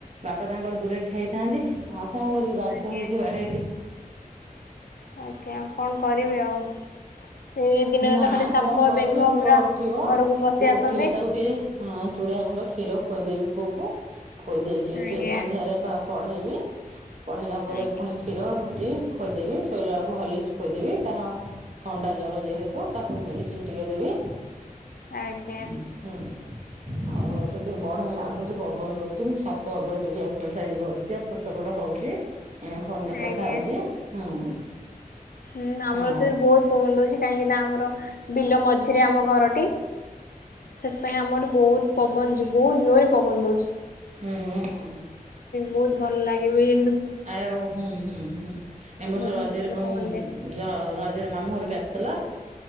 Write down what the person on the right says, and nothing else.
ବାପା ତାଙ୍କର ଦୂରରେ ଠିଆ ହେଇଥାନ୍ତି ଆଉ କଣ କରିବୁ ବାଧ୍ୟ
ହେଇକି ବାଡ଼େଇଲି।
ନାଇଁ
କଣ କରିବି
ପୁଅ
ଉଠିବ
ପୁଅ
ଉଠିଲେ ତାକୁ ଟିକେ ହଁ ଚୁଡା ଗୁଣ୍ଡ କ୍ଷୀର ଖୁଏଇଦେବି ପୁଅକୁ ଖୁଏଇ ଦେଇକି
ଟିକେ ସନ୍ଧ୍ୟାରେ ପଢେଇବି ପଢ଼େଇଲା ପରେ
ପୁଣି କ୍ଷୀର ରୁଟି ଖୋଆଇଦେବି ଶୋଇଲା ବେଳକୁ ହର୍ଲିକ୍ସ ଖୁଆଇଦେବି ତାର ଥଣ୍ଡା ଜ୍ଜ୍ୱର ଯେହେତୁ ତାକୁ ମେଡ଼ିସିନ୍ ଟିକେ ଦେବି
ହୁଁ। ଆଉ ଏବେ ଟିକେ ବଢ଼ିଆ ଲାଗୁଚି ପବନ ଦଉଚି ମୁଁ ଛାତ ଉପରେ ଟିକେ ଏକ୍ସରସାଇଜ କରୁଚି ଆ ଏପଟ ସେପଟ ହଉଚି ଏଣେ ଫୋନରେ କଥା
ହଉଚି ହୁଁ।
ଆଉ
ହଁ ହଁ ହଁଁ।
ଆ ଆଉ ହୁଁ ହୁଁ ହୁଁ ଏବର୍ଷ
ରଜରେପା
ହୁଁ ହୁଁ
ହୁଁ। ଯ ରଜରେ ମାମୁଁ ଘରକୁ ଆସିଥିଲ?